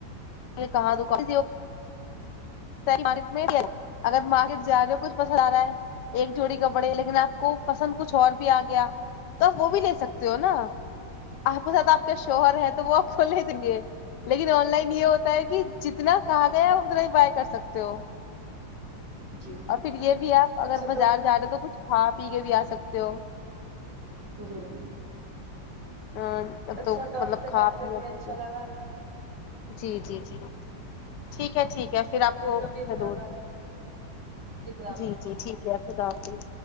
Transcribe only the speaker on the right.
جی
اچھا
تو
جی
اچھا
آپ سے
بات
کر کے
اچھا لگا
کبھی ملاقات
ہوگی خدا حافظ